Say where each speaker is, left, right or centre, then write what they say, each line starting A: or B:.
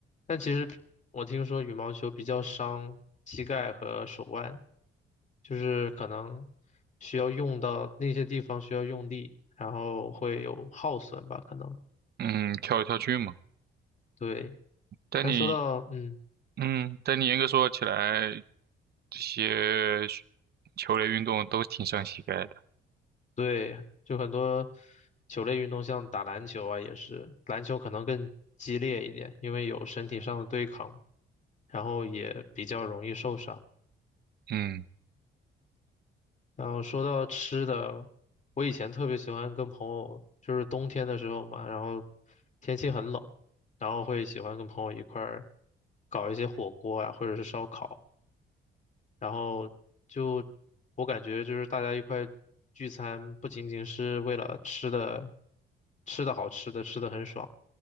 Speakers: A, on the left (about 40°); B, on the right (about 55°).
A: 但其实我听说羽毛球比较伤膝盖和手腕，就是可能需要用到那些地方需要用力，然后会有耗损吧，可能。
B: 嗯，跳来跳去嘛。
A: 对，
B: 但你，
A: 但说到嗯，
B: 嗯，但你严格说起来，这些球类运动都挺伤膝盖的。
A: 对，就很多球类运动，像打篮球啊，也是篮球可能更激烈一点，因为有身体上的对抗，然后也比较容易受伤。
B: 嗯
A: 然后说到吃的，我以前特别喜欢跟朋友，就是冬天的时候嘛，然后天气很冷，然后会喜欢跟朋友一块儿搞一些火锅呀、或者是烧烤，然后就我感觉就是大家一块聚餐，不仅仅是为了吃的，吃的好吃的，吃的很爽。